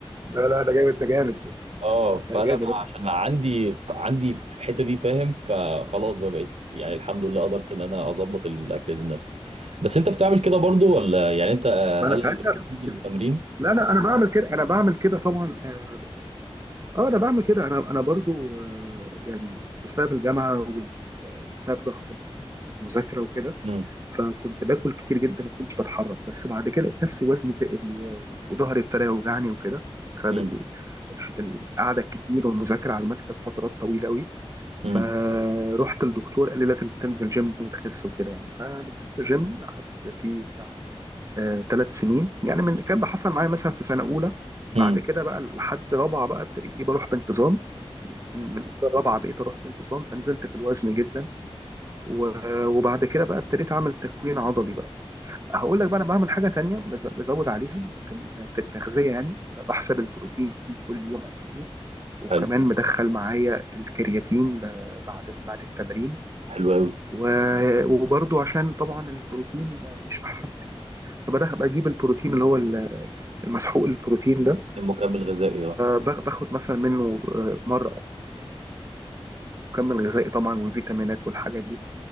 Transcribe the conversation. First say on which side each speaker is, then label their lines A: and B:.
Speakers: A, on the right (about 30°); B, on the right (about 90°).
A: لا لا ده جامد ده جامد
B: اه فانا
A: ده جامد
B: بقى عشان عندي عندي في الحته دي فاهم فخلاص بقى بقيت يعني الحمد لله قدرت ان انا اظبط الاكل ده لنفسي بس انت بتعمل كده برضو ولا يعني انت آه،
A: ما
B: هل
A: انا ساعتها
B: بتنزل
A: بس
B: التمرين
A: لا لا انا بعمل كده انا بعمل كده طبعا اه آه، انا بعمل كده انا انا برضو آه، يعني بسبب الجامعة وال- وبسبب ضغط المذاكرة وكده
B: امم
A: فكنت باكل كتير جدا ما كنتش بتحرك بس بعد كده لقيت نفسي وزني تقل و- وظهري ابتدى يوجعني وكده بسبب
B: امم
A: ال- الش- القعده الكتير والمذاكره على المكتب فترات طويله قوي
B: امم
A: فروحت للدكتور قال لي لازم تنزل جيم وتخس وكده يعني فنزلت جيم قعدت فيه بتاع ثلاث سنين يعني من الكلام ده حصل معايا مثلا في سنه اولى بعد
B: امم
A: كده بقى لحد رابعه بقى ابتديت إيه بروح بانتظام يعني من من أولى رابعه بقيت اروح بانتظام فنزلت في الوزن جدا و- وبعد كده بقى ابتديت اعمل تكوين عضلي بقى هقول لك بقى انا بعمل حاجه تانية بز- بزود عليها في ال- في التغذيه يعني بحسب البروتين كل يوم قد ايه وكمان
B: حلو
A: مدخل معايا الكرياتين ب- بعد بعد التمرين
B: حلو قوي
A: و- وبرضو عشان طبعا البروتين مش احسن حاجة، فبدأ بجيب البروتين اللي هو ال- المسحوق البروتين ده
B: المكمل الغذائي اه
A: ب- باخد مثلا منه آه، مره مكمل غذائي طبعا والفيتامينات والحاجات دي